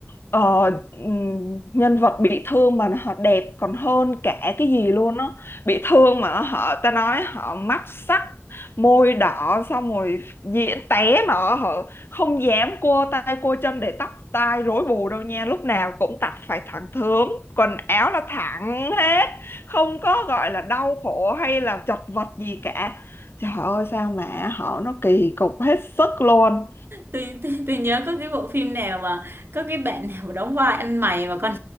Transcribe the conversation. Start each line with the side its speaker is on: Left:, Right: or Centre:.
Left: ờ, ừm, nhân vật bị thương mà họ đẹp còn hơn cả cái gì luôn á bị thương mà họ ta nói họ mắt sắc môi đỏ xong rồi diễn té mà họ không dám cua tay cua chân để tóc tai rối bù đâu nha lúc nào cũng tặt phải thẳng thớm quần áo là thẳng hết không có gọi là đau khổ hay là chật vật gì cả trời ơi sao mà họ nó kỳ cục hết sức luôn
Right: tôi, tôi, tôi nhớ có cái bộ phim nào mà có cái bạn nào đóng vai anh mày mà còn